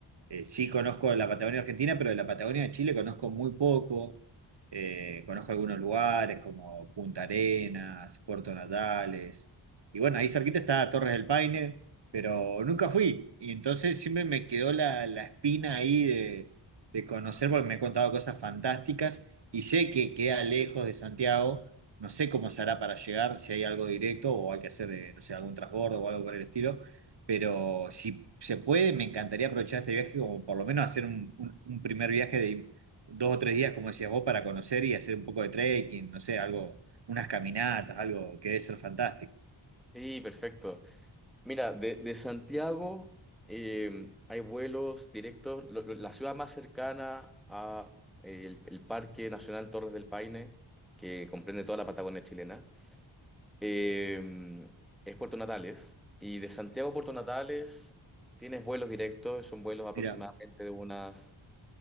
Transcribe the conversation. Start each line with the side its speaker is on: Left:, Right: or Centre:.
Right: Eh, sí conozco la Patagonia Argentina, pero de la Patagonia de Chile conozco muy poco. Eh, conozco algunos lugares como Punta Arenas, Puerto Natales. Y bueno, ahí cerquita está Torres del Paine, pero nunca fui. Y entonces siempre me quedó la, la espina ahí de, de conocer porque me han contado cosas fantásticas y sé que queda lejos de Santiago. No sé cómo se hará para llegar, si hay algo directo o hay que hacer, eh, no sé, algún transbordo o algo por el estilo pero si se puede, me encantaría aprovechar este viaje como por lo menos hacer un, un- un primer viaje de dos o tres días, como decías vos, para conocer y hacer un poco de trekking, no sé, algo, unas caminatas, algo que debe ser fantástico.
Centre: Sí, perfecto. Mira, de, de Santiago em, hay vuelos directos. Lo- lo- la ciudad más cercana a eh, el, el Parque Nacional Torres del Paine, que comprende toda la Patagonia chilena, em, es Puerto Natales. Y de Santiago a Puerto Natales tienes vuelos directos, son vuelos aproximadamente
Right: Mira.
Centre: de unas